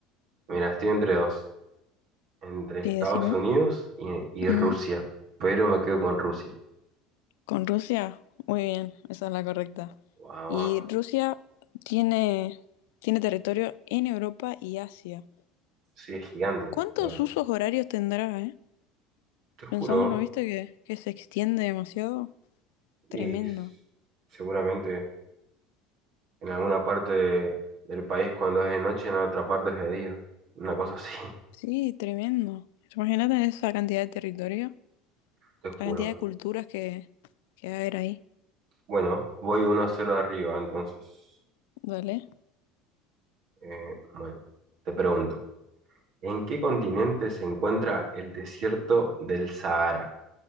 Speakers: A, on the right; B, on the left.
A: Mira, estoy entre dos, entre
B: Sí,
A: Estados
B: decime.
A: Unidos y, y
B: Mm,
A: Rusia, pero me quedo con Rusia.
B: con Rusia, muy bien, esa es la correcta.
A: Vamos,
B: Y Rusia tiene, tiene territorio en Europa y Asia.
A: sí, es gigante,
B: ¿Cuántos
A: la verdad.
B: usos horarios tendrá, eh?
A: Te juro,
B: Pensándolo, viste que, que se extiende demasiado. Tremendo.
A: y s- seguramente en alguna parte de- del país cuando es de noche, en otra parte es de día. Una cosa así, <laughs>
B: Sí, tremendo. Imagínate esa cantidad de territorio,
A: te juro.
B: la cantidad de culturas que, que va a haber ahí.
A: Bueno, voy 1 a 0 arriba, entonces.
B: Dale.
A: Eh, bueno, te pregunto, ¿en qué continente se encuentra el desierto del Sahara?